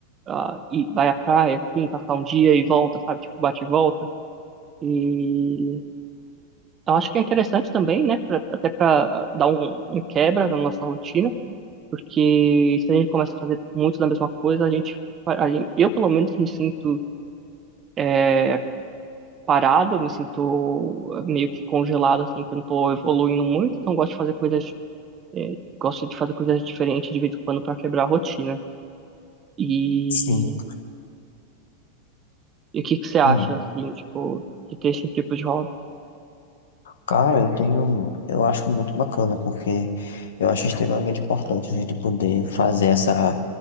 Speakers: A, on the right; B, on the left.
A: ah, e vai à praia, assim, passar um dia e volta, sabe? Tipo, bate e volta. E eu acho que é interessante também, né? Pra- até pra dar um, um quebra na nossa rotina, porque se a gente começa a fazer muito da mesma coisa, a gente, a gente- eu, pelo menos, me sinto é, parada, me sinto meio que congelado, assim, que eu não tô evoluindo muito, então gosto de fazer coisas, é, gosto de fazer coisas diferentes de vez em quando para quebrar a rotina. E,
B: sim.
A: e o que que você acha,
B: Hum.
A: assim, tipo, de ter esse tipo de hobby?
B: Cara, eu tenho, eu acho muito bacana, porque eu acho extremamente importante a gente poder fazer essa